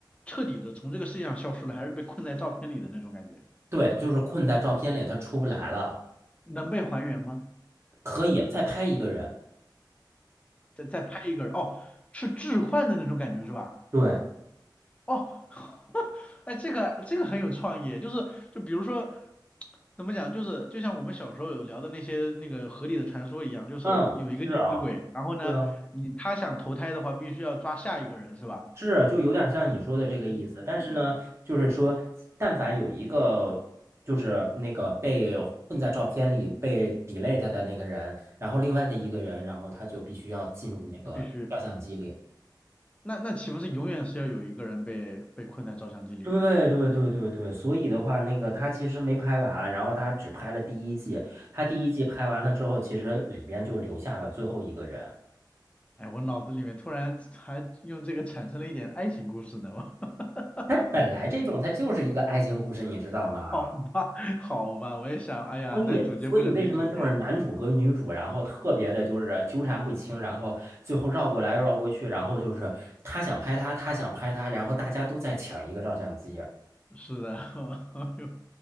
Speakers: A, on the left (about 15°); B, on the right (about 35°).
A: 彻底的从这个世界上消失了，还是被困在照片里的那种感觉？
B: 对，就是困在照片里，他出不来了。
A: 能被还原吗？
B: 可以再拍一个人。
A: 再再拍一个人，哦，是置换的那种感觉是吧？
B: 对，
A: 哦，<laughs> 哎，这个这个很有创意，就是就比如说怎么讲，就是就像我们小时候有聊的那些那个河里的传说一样，就是有一个溺死鬼，
B: 嗯，是啊，
A: 然后呢，
B: 对啊，
A: 你他想投胎的话，必须要抓下一个人是吧？
B: 是，就有点像你说的这个意思。
A: 嗯，
B: 但是呢，就是说，但凡有一个就是那个被困在照片里被 delete 的那个人，然后另外的一个人，然后他就必须要进入那个照相机里。
A: 就必须，那那岂不是永远是要有一个人被被困在照相机里面？
B: 对对对对对，所以的话，那个他其实没拍完，然后他只拍了第一季，他第一季拍完了之后，其实里边就留下了最后一个人。
A: 哎，我脑子里面突然还用这个产生了一点爱情故事呢，我 <laughs>
B: 它本来这种它就是一个爱情故事，你知道吗？
A: <laughs> 好吧，好吧，我也想，哎呀，
B: 所以，
A: 男主角为了女主角，
B: 所以为什么就是男主和女主，然后特别的就是纠缠不清，然后最后绕过来绕过去，然后就是他想拍他，他想拍他，然后大家都在抢一个照相机。
A: 是的，<laughs> 哎呦，